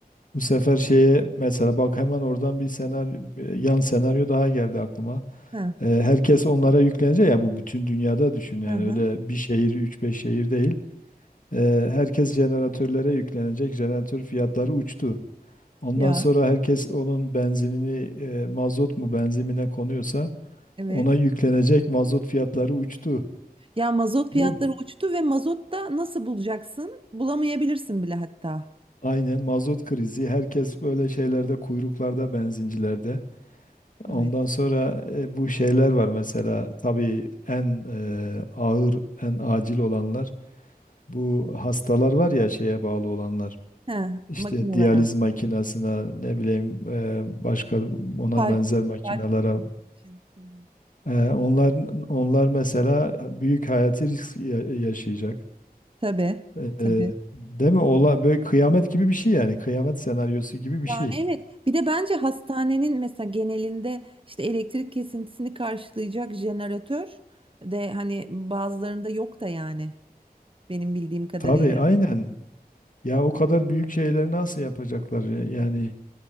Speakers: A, on the left; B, on the right.
A: Bu sefer şeye mesela bak hemen oradan bir senaryo, bir yan senaryo daha geldi aklıma.
B: Ha,
A: E, herkes onlara yüklenecek ya bu bütün dünyada düşün yani
B: hı hı.
A: öyle bir şehir, üç beş şehir değil. E, herkes jeneratörlere yüklenecek. Jeneratör fiyatları uçtu. Ondan
B: Ya
A: sonra herkes onun benzinini e, mazot mu benzinine konuyorsa
B: evet.
A: ona yüklenecek mazot fiyatları uçtu.
B: Ya mazot fiyatları
A: Değil mi?
B: uçtu ve mazot da nasıl bulacaksın? Bulamayabilirsin bile hatta.
A: Aynen mazot krizi. Herkes böyle şeylerde kuyruklarda benzincilerde. Ondan
B: Evet.
A: sonra e, bu şeyler var mesela tabii en e, ağır en acil olanlar bu hastalar var ya şeye bağlı olanlar.
B: Ha,
A: İşte
B: makinalara.
A: diyaliz makinesine ne bileyim e, başka ona
B: Kalp,
A: benzer makinelere
B: kalp için. Hı hı.
A: Ee, onlar onlar mesela büyük hayati risk ya- yaşayacak.
B: Tabii,
A: Ee,
B: tabii.
A: değil mi? Ola böyle kıyamet gibi bir şey yani. Kıyamet senaryosu gibi bir
B: Yani
A: şey.
B: evet. Bir de bence hastanenin mesela genelinde işte elektrik kesintisini karşılayacak jeneratör de hani bazılarında yok da yani. benim bildiğim kadarıyla.
A: Tabii aynen. Ya o kadar büyük şeyleri nasıl yapacaklar ya? yani